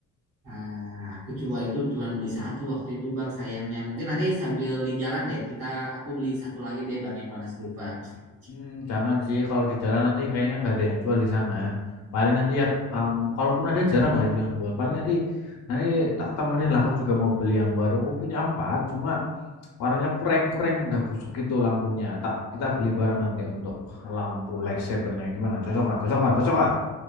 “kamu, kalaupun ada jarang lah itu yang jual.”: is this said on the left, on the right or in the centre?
Left